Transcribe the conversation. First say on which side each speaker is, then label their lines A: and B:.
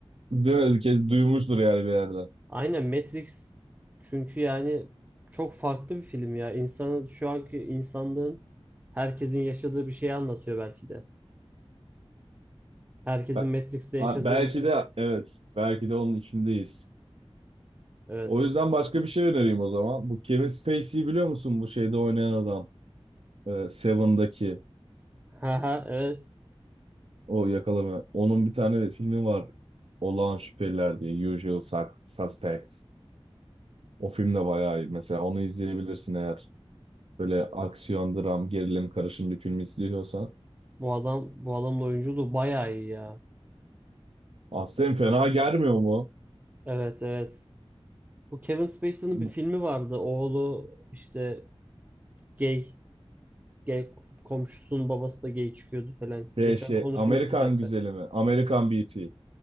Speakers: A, on the right (about 70°); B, on the right (about 15°).
A: Değil mi? Kez duymuştur yani bir yerde.
B: Aynen Matrix çünkü yani çok farklı bir film ya. İnsanın şu anki insanlığın herkesin yaşadığı bir şeyi anlatıyor belki de. Herkesin
A: Be-
B: Matrix'te yaşadığını
A: A- belki
B: sor.
A: de evet. Belki de onun içindeyiz.
B: Evet.
A: O yüzden başka bir şey önereyim o zaman. Bu Kevin Spacey'i biliyor musun? Bu şeyde oynayan adam. Ee, Seven'daki
B: Ha ha evet.
A: o yakalama. Onun bir tane filmi var. Olağan Şüpheliler diye. Usual Sus- Suspects. O film de bayağı iyi. Mesela onu izleyebilirsin eğer. Böyle aksiyon, dram, gerilim karışım bir film izliyorsan.
B: Bu adam bu adamın oyunculuğu bayağı iyi ya.
A: Aslında fena gelmiyor mu?
B: Evet evet. Bu Kevin Spacey'nin
A: Bu
B: bir filmi vardı. Oğlu işte gay gay komşusunun babası da gay çıkıyordu falan.
A: Şey,
B: Geçen
A: şey,
B: konuşmuştuk
A: Amerikan
B: hatta.
A: güzeli mi? Amerikan Beauty.